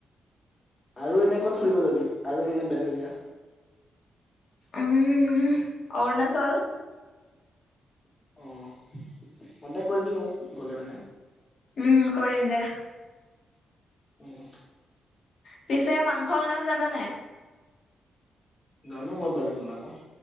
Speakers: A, on the left; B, on the left.
A: আৰু এনে ক'ত ফুৰিব যাবি? আৰু মানে বেলেগ জেগা?
B: উম উম অৰুণাচল।
A: অ কণ্টেক্ট কৰিবি মোক। গ'লে মানে
B: উম কৰিম দে।
A: উম।
B: পিছে মাংস বনাব জানা নাই।
A: জানো মই বাৰু বনাব